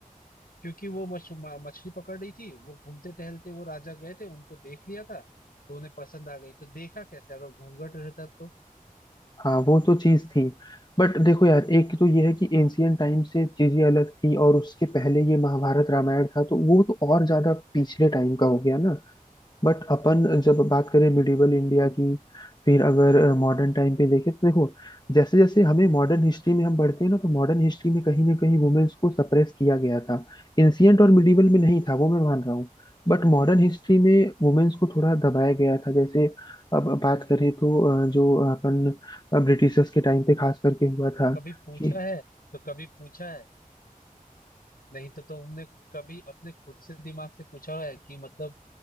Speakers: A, on the left; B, on the left.
A: क्योंकि वो मछ, म- मछली पकड़ रही थी वो घूमते टहलते वो राजा गए थे उनको देख लिया था तो उन्हें पसंद आ गई तो देखा कैसे अगर घूंघट रहता तो
B: हाँ वो तो चीज थी बट देखो यार एक तो ये है कि एंशियंट टाइम से चीजें अलग थी और उसके पहले ये महाभारत रामायण था तो वो तो और ज्यादा पिछले टाइम का हो गया ना बट अपन जब बात करें मिडिवल
A: हम्म,
B: इंडिया की फिर अगर मॉडर्न टाइम पे देखें तो देखो जैसे जैसे हमें मॉडर्न हिस्ट्री में हम बढ़ते हैं ना तो मॉडर्न हिस्ट्री में कहीं ना कहीं वुमेन्स को सप्रेस किया गया था इंसियंट और मिडिवल में नहीं था वो मैं मान रहा हूँ बट मॉडर्न हिस्ट्री में वुमेन्स को थोड़ा दबाया गया था जैसे अब बात करें तो अ, जो अपन ब्रिटिशर्स के टाइम पे खास करके हुआ था
A: कभी पूछा
B: कि
A: है तो कभी पूछा है नहीं तो तुमने कभी अपने खुद से दिमाग से पूछा है कि मतलब